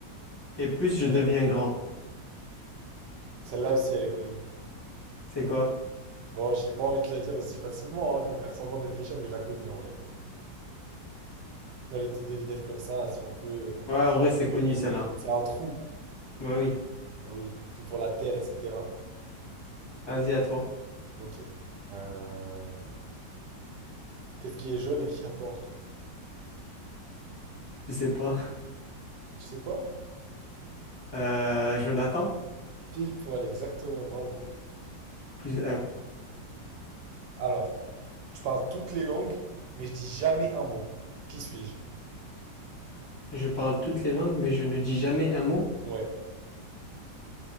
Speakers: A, on the left; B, on the right.
A: et plus je
B: Ouais.
A: deviens grand.
B: Celle-là aussi, elle est connue.
A: C'est quoi?
B: Bon, j'ai pas envie de te la dire aussi facilement, hein. Je vais faire semblant de réfléchir, mais je la connais en vrai. Là, les petites devinettes comme ça, elles sont un peu euh,
A: Ouais,
B: faciles
A: en vrai,
B: à trouver,
A: c'est connu
B: quoi.
A: celle-là.
B: C'est un trou.
A: Bah oui,
B: Ah oui, c'est pour la terre, etc.
A: vas-y à toi.
B: Ok. Euh, Qu'est-ce qui est jaune et qui attend?
A: Je sais pas.
B: Tu sais pas?
A: Euh, Jonathan,
B: Pile poil, exactement, bravo.
A: plus un.
B: Alors, je parle toutes les langues, mais je dis jamais un mot. Qui suis-je?
A: Je parle toutes les langues, mais je ne dis jamais un mot.
B: Ouais.